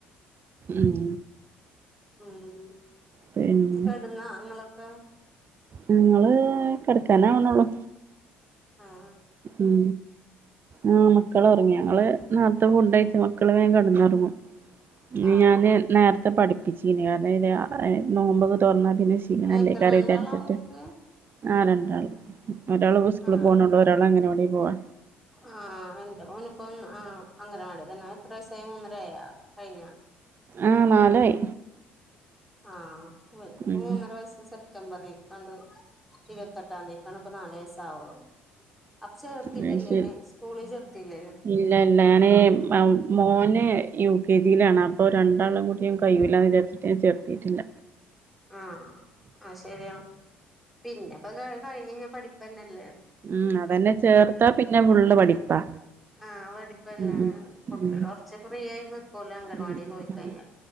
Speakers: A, on the right (about 35°); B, in the centre.
A: ഉം
B: ഉം
A: പിന്നെ
B: കെടന്നാ ഇങ്ങളൊക്കെ
A: ഞങ്ങള് കിടക്കാനാവ്ണള്ളു
B: ആഹ
A: ഉം ആ മക്കള ഉറങ്ങി ഞങ്ങള് നേരത്തെ ഫുഡ് കഴിച്ച് മക്കള് വേഗം കിടന്നുറങ്ങും
B: ആഹ്
A: ഞാന് നേരത്തെ പഠിപ്പിച്ചിനി അതായത് നോമ്പൊ ഒക്കെ തുറന്നു പിന്നെ ക്ഷീണല്ലെയ്ക്കാരം
B: എത്ര രണ്ടാളാ
A: ഒക്കെ വിചിരിച്ചിട്ടു
B: നിങ്ങക്ക്
A: ആ രണ്ടാള് ഒരാള് സ്കൂളി
B: ആഹ്
A: പോണുണ്ട് <unintelligible> പോവാ?
B: ആഹ് എന്റെ മോൻ ഇപ്പോ ഒന്ന് ആ അംഗനവാടിതന്ന എത്ര വയസായി മൂന്നര ആയോ കഴിഞ്ഞോ
A: ആ നാലായി
B: ആഹ് ഇവൻക്ക്
A: ഉം
B: മൂന്നര വയസ് തംബർ ഇക്കണ്ട് ഇരുപത്തെട്ടാന്തികേകാണ്പ്പം നാല് വയസ്സാവുള്ളു. അപ്പൊ ചേർത്തിട്ടില്ലേന്
A: അത് ശരി
B: സ്കൂളി ചേർത്തില്ലേ
A: ഇല്ല ഇല്ല ഞാന് മോന് യു കെ ജിയിലാണ് അപ്പോ രണ്ടാളും കൂടു കയുലാ എന്ന് വിചാരിച്ചിട്ട് ഞാന്‍ ചേർത്തിട്ടില്ല
B: ആ ആ ശരിയാ പിന്നെപ്പൊ കഴി കഴിഞ്ഞ് പഠിപ്പ് തന്നല്ലേ
A: ഉം അതന്നെ ചേർത്താ പിന്നെ ഫുള്ള് പഠിപ്പാ
B: ആഹ് പഠിപ്പന്നെ
A: ഉം ഉം
B: കുട്ടികള്
A: ഉം
B: കുറച്ച് ഫ്രീ ആയി നിക്കുവല്ലേ അംഗനവാടി
A: ഉം
B: പോയിക്കഴിഞ്ഞാ
A: ഉം